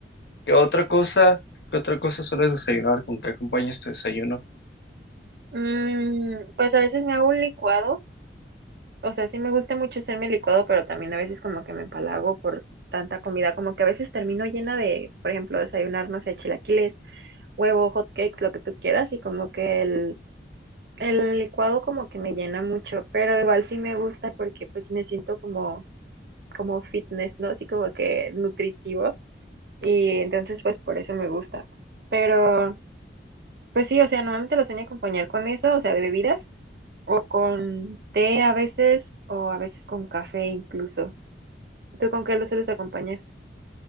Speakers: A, on the left (about 70°); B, on the right (about 60°).
A: ¿Qué otra cosa? ¿Qué otra cosa sueles desayunar? ¿Con qué acompañas tu desayuno?
B: Mm, pues a veces me hago un licuado o sea, sí me gusta mucho hacerme licuado, pero también a veces como que me empalago por tanta comida, como que a veces termino llena de, por ejemplo, desayunar, no sé, chilaquiles, huevo, hot cakes, lo que tú quieras, y como que el, el licuado como que me llena mucho, pero igual sí me gusta porque pues me siento como, como fitness, ¿no? Así como que nutritivo, y entonces pues por eso me gusta. Pero pues sí, o sea, normalmente lo sueño acompañar con eso, o sea, de bebidas, o con té a veces, o a veces con café incluso. ¿Tú con qué lo sueles acompañar?